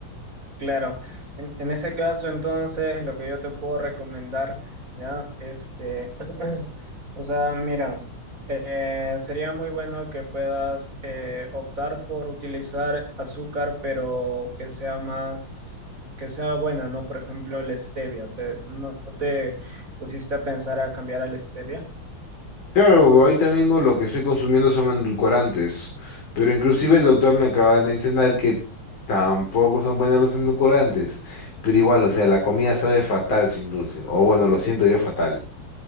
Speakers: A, on the right; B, on the left.
A: Claro, en, en ese caso entonces lo que yo te puedo recomendar, ¿ya? Este, <clears throat> o sea, mira, eh, sería muy bueno que puedas eh, optar por utilizar azúcar, pero que sea más, que sea buena, ¿no? Por ejemplo, la stevia, ¿te, no te pusiste a pensar a cambiar a la stevia?
B: Claro, ahorita mismo lo que estoy consumiendo son endulcorantes, pero inclusive el doctor me acaba de mencionar que tampoco son buenos los endulcorantes, pero igual, o sea, la comida sabe fatal sin dulce, o bueno, lo siento yo fatal.